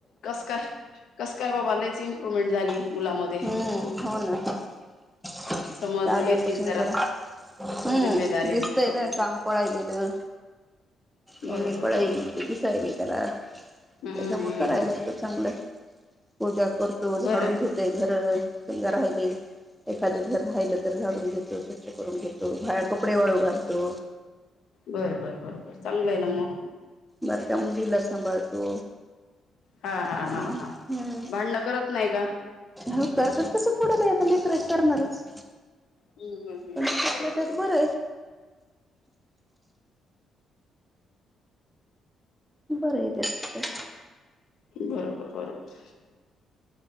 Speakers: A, on the left (about 75°); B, in the centre.
A: कस काय कस काय बाबालाच इम्प्रुवमेंट झाली
B: हम्म
A: मुलामध्ये
B: होन <inaudible>
A: समज
B: आल्यापासून
A: येतीच
B: जरा - हम्म
A: जिम्मेदारी
B: दिसतय
A: होते
B: ना काम पळायलेलं
A: बरोबर
B: मम्मी पळायली
A: बरोबर
B: ते दिसायले त्याला त्याच्यामु
A: हम्म हम्म
B: करायला त चांगलंय पूजा करत तो झाडून
A: बरं आहे
B: घेत ते घर समजा राहिले- एखादं घर राहिलं घाून घेतो स्वच्छ करून घेतो बाया कपडे वाळू घालतो
A: बर बर बर बर चांगलं आहे ना म
B: सारख्या मुलीला सांभाळतो
A: हा
B: त्यामुळं
A: हा हा हा भांडणं करत नाही का
B: हो करतात तस थोडंता लेकर करणारच
A: हम्म हम्म हम्म
B: पण त्यातल्या
A: हम् बरोबर
B: त्यात
A: आहे
B: बरं बरं य तेच
A: बरोबर बरोबर